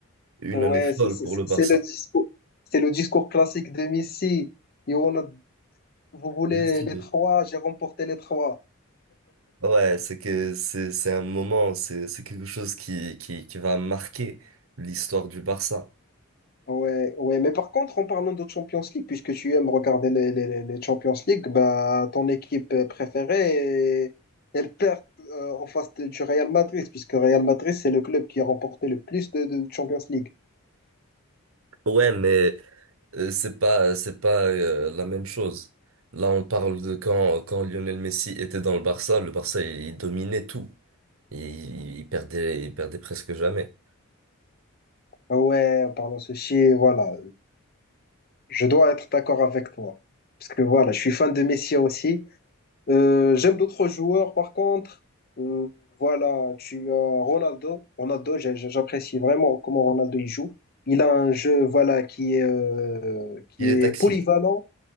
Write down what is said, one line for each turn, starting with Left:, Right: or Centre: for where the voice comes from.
Right: une
Left: ouais,
Right: année folle
Left: c'est c'est-
Right: pour
Left: c'est-
Right: le Barça.
Left: c'est le discours, c'est le discours classique de Messi. Et on a- vous voulez
Right: Bien sûr.
Left: les trois, j'ai remporté les trois.
Right: Ouais, c'est que c'est c'est un moment, c'est c'est quelque chose qui qui qui va marquer l'histoire du Barça.
Left: Ouais, ouais, mais par contre, en parlant de Champions League, puisque tu aimes regarder les, les, les les Champions League, bah, ton équipe euh, préférée, elle perd euh, en face de- du Real Madrid, puisque Real Madrid, c'est le club qui a remporté le plus de, de Champions League.
Right: Ouais, mais euh, c'est pas c'est pas euh, la même chose. Là, on parle de quand quand Lionel Messi était dans le Barça, le Barça il, il dominait tout. Il, il perdait il perdait presque jamais.
Left: Ouais, en parlant de ceci, voilà. Je dois être d'accord avec toi. Parce que voilà, je suis fan de Messi aussi. Euh, j'aime d'autres joueurs, par contre. Euh, voilà, tu as Ronaldo. Ronaldo, j'ai- j'ai- j'apprécie vraiment comment Ronaldo il joue. Il a un jeu, voilà, qui est, euh, qui
Right: Il
Left: est
Right: est toxique.
Left: polyvalent.